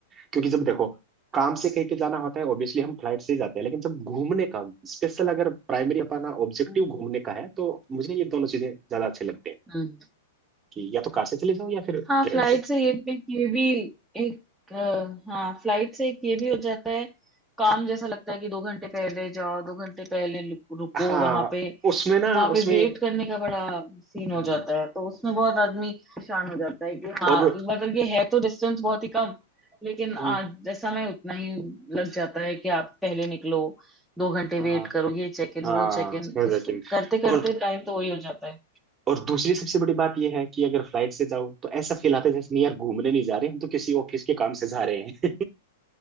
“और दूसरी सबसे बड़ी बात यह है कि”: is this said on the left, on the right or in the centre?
Right